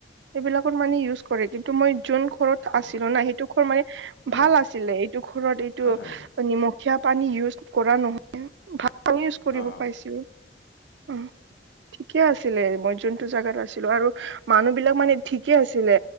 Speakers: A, on the right (about 80°); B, on the left (about 75°).
A: সেইবিলাকত মানে ইউজ কৰে। কিন্তু মই যোন ঘৰত
B: অ
A: আছিলো না সেইটো ঘৰ মানে ভাল
B: অ
A: আছিলে, এইটো ঘৰত এইটো
B: হয় হয়
A: নিমখীয়া পানী ইউজ কৰা নহয় ভাল পানী ইউজ কৰিব
B: অ
A: পাইছিলো অ। কে আছিলে মই যোনটো জোগাত আছিলো, আৰু মানুহ বিলাক মানে ঠিকে আছিলে